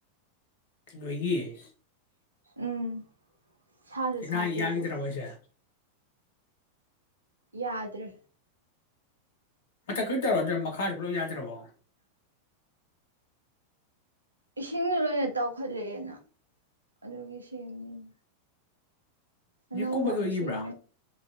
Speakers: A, on the left; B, on the right.
A: ꯅꯣꯏꯒꯤ
B: ꯎꯝ ꯁꯥꯁꯨ ꯁꯥꯗꯦ
A: ꯅꯍꯥꯟ ꯌꯥꯒꯤꯗ꯭ꯔꯕꯣ
B: ꯑꯗꯨꯒ
A: ꯍꯥꯏꯁꯦ
B: ꯌꯥꯗ꯭ꯔꯦ
A: ꯃꯊꯛ ꯀꯩꯅꯣ ꯇꯧꯔꯣ ꯃꯈꯥꯁꯨ ꯄꯨꯂꯞ ꯌꯥꯗ꯭ꯔꯕꯣ
B: ꯏꯁꯤꯡꯗꯣ ꯂꯣꯏꯅ ꯇꯥꯎꯈꯠꯂꯛꯑꯦꯅ ꯑꯗꯨꯒꯤ ꯁꯦꯝꯅꯤꯅ
A: ꯅꯣꯏ
B: ꯑꯅꯧꯕ
A: ꯀꯣꯝꯄꯣꯠ
B: ꯑꯃ
A: ꯑꯣꯏꯒꯤꯕ꯭ꯔꯥ
B: ꯁꯦꯝ